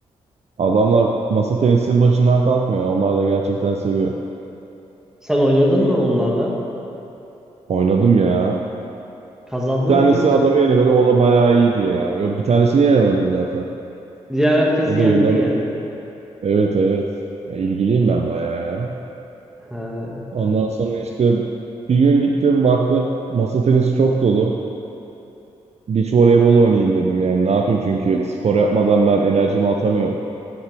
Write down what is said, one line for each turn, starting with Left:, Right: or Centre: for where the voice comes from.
Right: Adamlar masa tenisinin başından kalkmıyor. Onlar da gerçekten seviyor.
Centre: Sen oynadın mı onlarla?
Right: Oynadım ya.
Centre: Kazandın
Right: Bir tanesi
Centre: mı hiç?
Right: adamı yenemedim. O da bayağı iyiydi ya. Yok, bir tanesini yenemedim zaten.
Centre: Diğer herkesi
Right: O
Centre: yendin
Right: da yıllar...
Centre: yani.
Right: Evet evet. Ya, ilgiliyim ben bayağı ya.
Centre: Ha,
Right: Ondan sonra işte bir gün gittim baktım. Masa tenisi çok dolu. Beach voleybol oynayayım dedim yani. Ne yapayım çünkü spor yapmadan ben enerjimi atamıyorum.